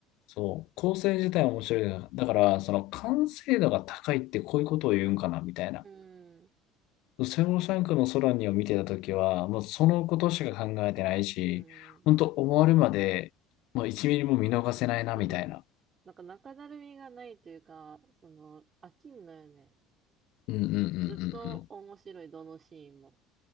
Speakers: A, on the left; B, on the right.
A: そう。構成自体は面白いな。だからその完成度が高いってこういうことを言うんかなみたいな。
B: うん、
A: セモシャンクの空にを見てたときは、もうそのことしか考えてないし、
B: うん。
A: 本当終わるまで、もう1ミリも見逃せないなみたいな。
B: ふふなんか中だるみがないというか、その、飽きんのよね。
A: うんうんうんうんう
B: ずっと面白い、
A: ん。
B: どのシーンも。